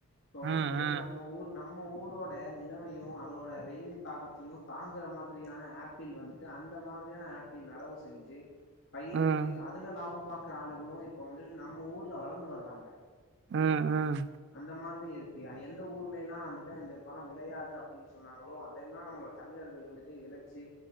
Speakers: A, on the left (about 60°); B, on the right (about 50°).
A: இப்ப
B: ம்
A: வந்துட்டு
B: ம்
A: நம்ம ஊர் நம் நம்ம ஊரோட நிலைமையு அதோட வெயில் தாக்கத்தையு தாங்குற மாரி ரியான ஆப்பிள் வந்துட்டு அந்த மாதிரியான ஆப்பிள் நடவு செஞ்சி பயிரிட்டு
B: ம்
A: அதுல லாபம் பாக் த்த ஆளுங்களு இப்ப வந்து நம்ம ஊர்ல வளந்து வர்றாங்க
B: ம் ம்
A: அந்த மாதிரி இருக்கு எந்த ஊர்ல எல்லா அந்துட்டு இந்த பழம் விளையாது அப்பிடின்னு சொன்னாங்களோ அதெல்லா நம்மளோட தமிழர்கள் வந்துட்டு விளச்சி